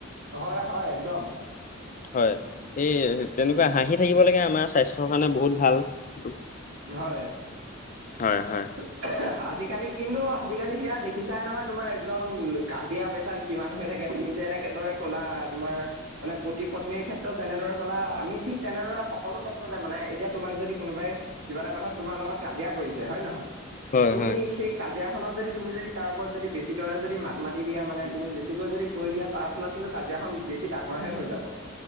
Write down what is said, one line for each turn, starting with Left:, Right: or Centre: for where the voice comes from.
Right: হয় হয় একদম
Left: হয় এই তেনেকুৱা
Right: উম
Left: হাঁহি থাকিব লাগে আমাৰ স্বাস্থ্যৰ কাৰণে বহুত ভাল এইটো।
Right: হয়।
Left: হয় হয়।
Right: উমহ, আজিকালি কিন্তু আজিকালি সেইয়াত দেখিছাই নহয় তোমাৰ একদম কাজিয়া পেচাল কিমান হৈ থাকে তুমি যে এনেকেদৰে ক'লা তোমাৰ মানে পতি পত্নীৰ ক্ষেত্ৰত যেনেদৰে ক'লা আমি ঠিক তেনেদৰে সকলো ক্ষেত্ৰতে মানে এতিয়া তোমাক যদি কোনোবাই কিবা এটা কথা তোমাৰ লগত কাজিয়া কৰিছে হয় নহয়
Left: হয়
Right: তুমি
Left: হয়
Right: সেই কাজিয়াখনত যদি তুমি যদি তাৰ ওপৰত যদি বেছি দৰে যদি মাত মাতি দিয়া মানে তুমি বেছিকৈ যদি কৈ দিয়া তাৰ ফলত কিন্তু কাজিয়াখন বেছি ডাঙৰহে হৈ যা যাব।